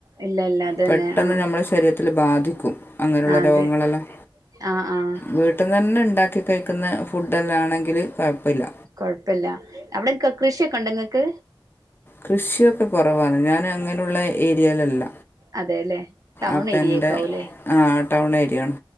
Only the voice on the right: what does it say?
ഇല്ല ഇല്ല അതന്നെ
ആഹ്
ആഹ്
അതെ ആഹ് ആഹ്
കുഴപ്പില്ല അവിടെ കൃഷിയൊക്കെ ഉണ്ടോ നിങ്ങൾക്ക്
അതെല്ലേ ടൗൺ
ഏരിയേക്കാവൂല്ലേ